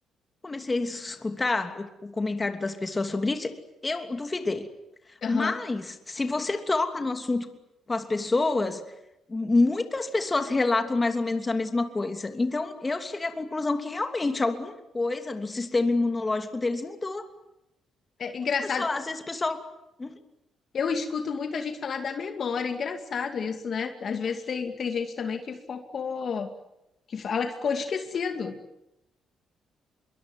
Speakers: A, on the left; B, on the left.
A: comecei a escutar o, o comentário das pessoas sobre isso, eu duvidei.
B: Aham.
A: Mas, se você toca no assunto com as pessoas, muitas pessoas relatam mais ou menos a mesma coisa. Então, eu cheguei à conclusão que realmente alguma coisa do sistema imunológico deles mudou,
B: É engraçado,
A: porque a pessoa, às vezes o pessoal. Uhum.
B: Eu escuto muita gente falar da memória, é engraçado isso, né? Às vezes tem, tem gente também que focou, que fala que ficou esquecido.